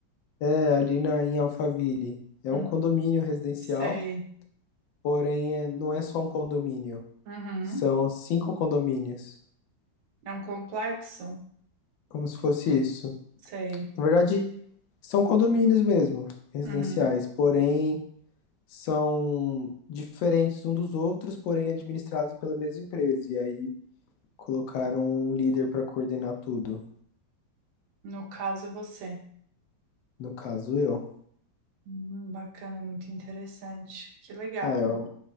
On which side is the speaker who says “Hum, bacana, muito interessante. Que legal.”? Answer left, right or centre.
Right